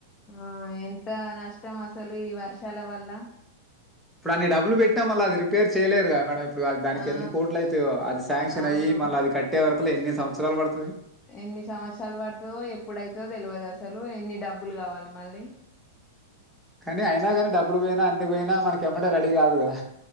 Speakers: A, on the left (about 30°); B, in the centre.
A: ఆ ఎంత న ష్టం అసలు ఈ వర్షాల వల్ల
B: డు అన్ని డబ్లు పెట్టాం
A: ఇటు
B: అ రిపే చేలేరుగా మేడం ఇప్పుడు అది దానికి
A: ఆ
B: ఎన్ని కోట్ అయితాోఅది శాంక్షన్
A: అవును
B: అయ్యి మళ్ళ అది కట్టేవర ఎన్ని సంవత్సలు పడు
A: ఎన్ని సంవత్సరాలు పడుతుందో ఎప్పుడైతుందో తెలియదు అసలు ఎన్ని డబ్బు డబ్బులు కావాలి మళ్ళీ
B: కానీ అయినా కానీ డబ్బులు పోయినా అన్ని పోయినా మనకి ఇమ్మంటే రెడీ కాదు కదా